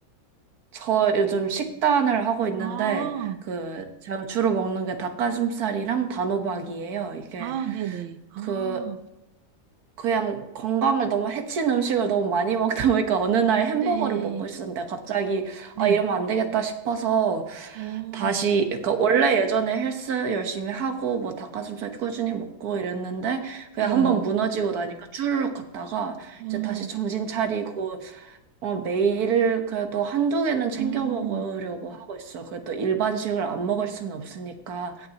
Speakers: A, on the right; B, on the right.
A: 저 요즘 식단을 하고 있는데,
B: 아,
A: 그, 제가 주로 먹는 게 닭가슴살이랑 단호박이에요. 이게,
B: 아, 네네. 아,
A: 그, 그냥 건강을 너무 해친 음식을 너무 많이 <laughs> 먹다 보니까 어느 날 햄버거를
B: 네,
A: 먹고 있었는데 갑자기
B: 네.
A: 아 이러면 안 되겠다 싶어서
B: 어,
A: 다시 그러니까 원래 예전에 헬스 열심히 하고 뭐 닭가슴살 꾸준히 먹고 이랬는데 그냥
B: 네.
A: 한번 무너지고 나니까 쭈르륵 갔다가
B: 음,
A: 이제 다시 정신 차리고 어 매일 그래도 한두 개는 챙겨
B: 음,
A: 먹으려고 하고 있어. 그래도 일반식을 안 먹을 수는 없으니까.